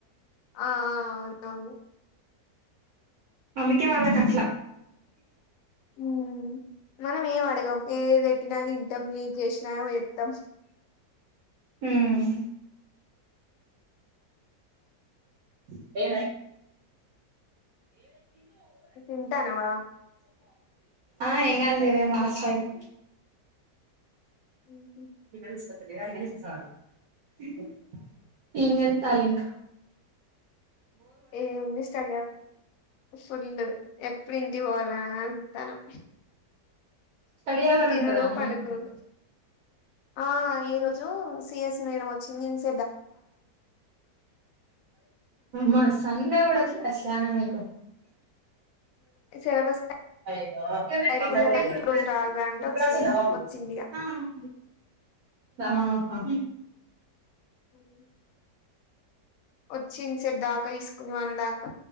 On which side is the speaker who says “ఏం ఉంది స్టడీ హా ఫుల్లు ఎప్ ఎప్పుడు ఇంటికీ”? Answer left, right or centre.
Left